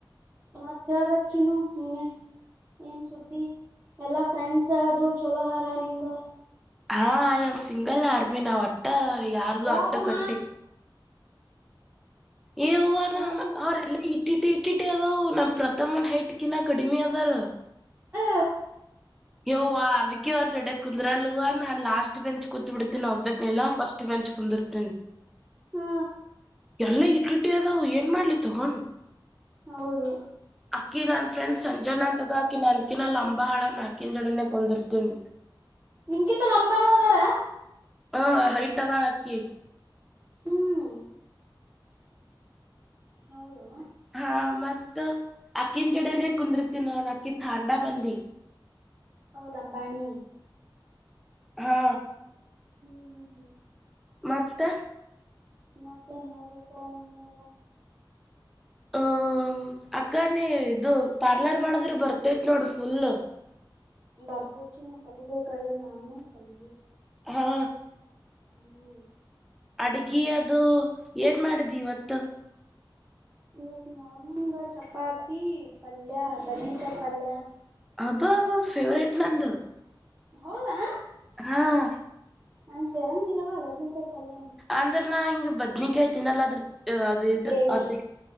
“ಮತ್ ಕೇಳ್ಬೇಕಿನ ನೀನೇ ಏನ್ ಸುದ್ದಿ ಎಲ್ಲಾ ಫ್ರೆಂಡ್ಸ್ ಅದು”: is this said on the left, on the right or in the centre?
Right